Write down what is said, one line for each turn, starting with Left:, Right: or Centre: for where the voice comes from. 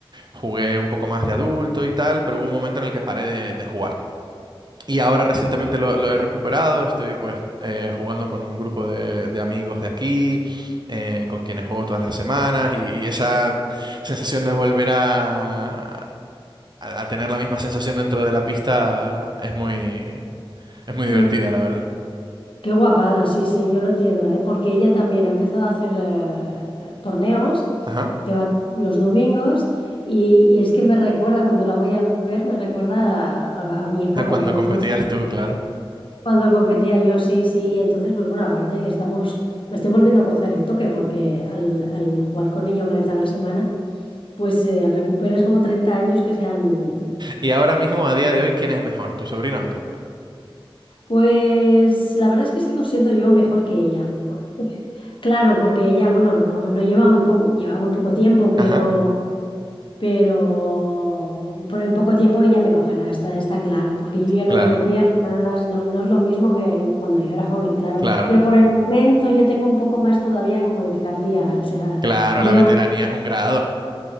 Right: jugué un poco más de adulto y tal, pero hubo un momento en el que paré de, de jugar. Y ahora recientemente lo, lo he recuperado, estoy pues eh, jugando con un grupo de, de amigos de aquí, eh, con quienes juego todas las semanas y, y esa sensación de volver a, a- a tener la misma sensación dentro de la pista es muy, es muy divertida,
Left: Qué,
Right: la verdad.
Left: Qué guapada, sí, sí, yo lo entiendo, ¿eh? Porque ella también ha empezado a hacer eh, torneos
Right: Ajá.
Left: que van los domingos y, y es que me recuerda, cuando la voy a ver, me recuerda a, a- a mi época,
Right: A cuando
Left: entonces,
Right: competías tú, claro.
Left: cuando competía yo, sí, sí, y entonces, pues bueno, aparte que estamos, estoy volviendo a coger el toque porque al, al jugar con ella una vez a la semana, pues eh, recuperas como 30 años que se han,
Right: Y ahora mismo, a día de hoy, ¿quién es mejor, tu sobrina o tú?
Left: Pues la verdad es que sigo siendo yo mejor que ella. <laughs> Porque- Claro, porque ella, bueno, no, no lleva muy poco, lleva muy poco tiempo, pero,
Right: Ajá.
Left: pero, pero en poco tiempo ella me cogerá, está, está claro, porque yo ya no
Right: Claro,
Left: tengo piernas, no, no es lo mismo que cuando yo era joven, claro.
Right: claro,
Left: Pero por el momento yo tengo un poco más todavía como de picardía, o sea,
Right: claro,
Left: veo,
Right: la veteranía es un grado.